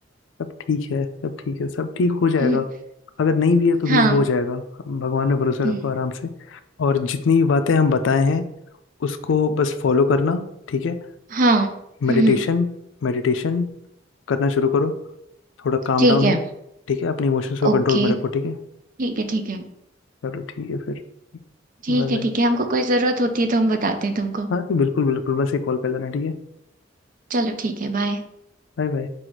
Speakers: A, on the left (about 75°); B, on the right (about 45°).
A: सब ठीक है सब ठीक है सब ठीक हो जाएगा
B: हम्म,
A: अगर नहीं भी है तो
B: हाँ
A: भी हो जाएगा भगवान में भरोसा
B: हम्म,
A: रखो आराम से और जितनी भी बातें हम बताए हैं उसको बस फॉलो करना ठीक है
B: हाँ
A: मेडिटेशन
B: हम्म हम्म,
A: मेडिटेशन करना शुरू करो थोड़ा काम
B: ठीक
A: डाउन
B: है
A: हो ठीक है अपने इमोशंस को
B: ओके
A: कंट्रोल में रखो ठीक है
B: ठीक है ठीक है
A: चलो ठीक है फिर
B: ठीक
A: Bye bye
B: है ठीक है हमको कोई ज़रूरत होती है तो हम बताते हैं तुमको
A: हाँ जी बिल्कुल बिल्कुल बस एक कॉल कर देना ठीक है
B: चलो ठीक है बाय
A: Bye bye